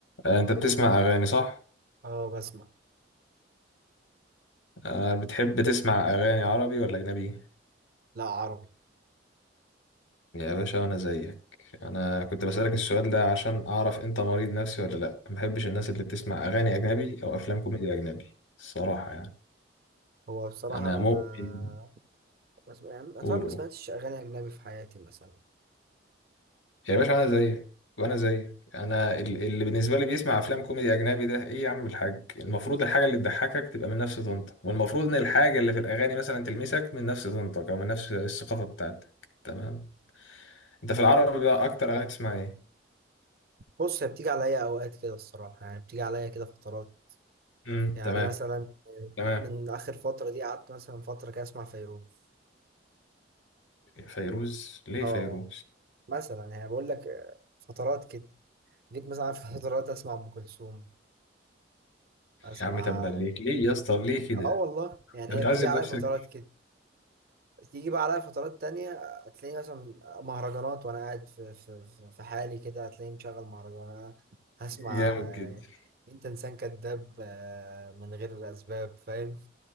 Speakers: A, on the left; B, on the right.
A: آه، انت بتسمع اغاني صح
B: اه بسمع
A: آه، بتحب تسمع اغاني عربي ولا اجنبي
B: لا عربي
A: يا باشا انا زيك انا كنت بسألك السؤال ده عشان اعرف انت مريض نفسي ولا لا ما بحبش الناس اللي بتسمع اغاني اجنبي او افلام كوميدي اجنبي الصراحة يعني
B: هو بصراحة
A: انا
B: أنا
A: مؤمن
B: ما بسمع يعني أطول
A: قولوا
B: ما سمعتش أغاني أجنبي في حياتي مثلا
A: يا باشا انا زيك وانا زيك انا ال- اللي بالنسبه لي بيسمع افلام كوميدي اجنبي ده ايه يا عم الحاج المفروض الحاجه اللي تضحكك تبقى من نفس طنطك والمفروض ان الحاجه اللي في الاغاني مثلا تلمسك من نفس طنطك او من نفس الثقافه بتاعتك تمام انت في العربي بقى اكتر اغاني تسمع ايه
B: بص هي بتيجي عليا أوقات كده الصراحة يعني بتيجي عليا كده فترات
A: امم
B: يعني
A: تمام
B: مثلا
A: تمام
B: جيت من آخر فترة دي قعدت مثلا فترة كده أسمع فيروز
A: فيروز ليه
B: اه
A: فيروز
B: مثلا يعني بقول لك آه، فترات كده جيت مثلا في <laughs> فترات أسمع أم كلثوم أسمع
A: يا عم تبا ليك ليه يا اسطى ليه كده
B: اه والله يعني
A: انت
B: هي
A: بتعذب
B: بتيجي عليا
A: نفسك
B: فترات كده تيجي بقى عليا فترات تانية هتلاقيني مثلا مهرجانات وأنا قاعد في, في, في في حالي كده هتلاقيني مشغل مهرجان هسمع
A: جامد
B: آه،
A: جدا
B: أنت إنسان كذاب آه، من غير أسباب فاهم